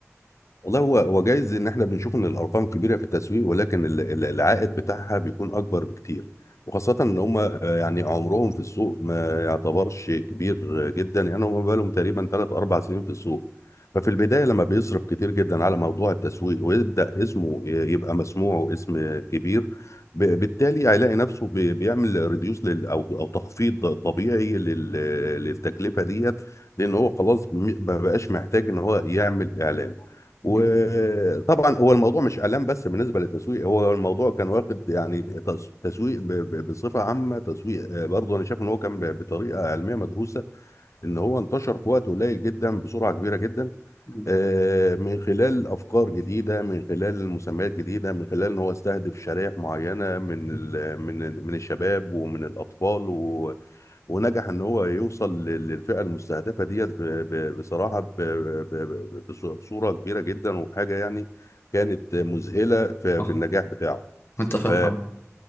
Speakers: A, on the left; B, on the left.
A: والله هو هو جايز ان احنا بنشوف ان الارقام كبيره في التسويق ولكن ال- ال- العائد بتاعها بيكون اكبر بكتير وخاصه ان هم آه، يعني عمرهم في السوق ما يعتبرش كبير جدا يعني هم بقالهم تقريبا 3 4 سنين في السوق ففي البدايه لما بيصرف كتير جدا على موضوع التسويق ويبدا اسمه ي- يبقى مسموع واسم كبير ب- بالتالي هيلاقي نفسه بي- بيعمل ريديوس لل او او تخفيض طبيعي لل- للتكلفه ديت لان هو خلاص م- ما بقاش محتاج ان هو يعمل اعلان
B: مم.
A: وطبعا هو الموضوع مش اعلام بس بالنسبه للتسويق هو الموضوع كان واخد يعني تس- تسويق ب- ب- بصفه عامه تسويق آه، برضه انا شايف ان هو كان ب- بطريقه علميه مدروسه ان هو انتشر في وقت قليل جدا بسرعه كبيره جدا
B: مم.
A: آه، من خلال افكار جديده من خلال مسميات جديده من خلال ان هو استهدف شرائح معينه من
B: مم.
A: ال- من ال- من الشباب ومن الاطفال ونجح ان هو يوصل لل- للفئه المستهدفه ديت ب- ب- بصراحه ب- ب- ب- بص- بصوره كبيره جدا وبحاجه يعني كانت مذهله في
B: اه
A: في النجاح بتاعه
B: متفق
A: ف
B: معاك